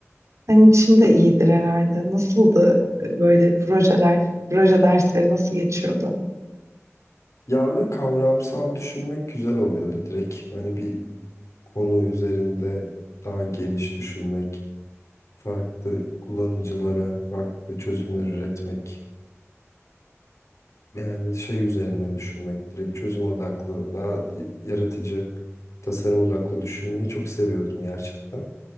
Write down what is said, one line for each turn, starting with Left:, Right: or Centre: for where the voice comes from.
Right: Senin için de iyidir herhalde. Nasıldı e, böyle projeler, proje dersleri nasıl geçiyordu?
Left: Ya ve kavramsal düşünmek güzel oluyordu direkt. Hani bir konu üzerinde daha geniş düşünmek, farklı kullanıcılara farklı çözümler üretmek. Yani şey üzerine düşünmek direkt çözüm odaklı, daha yaratıcı, tasarım odaklı düşünmeyi çok seviyordum gerçekten.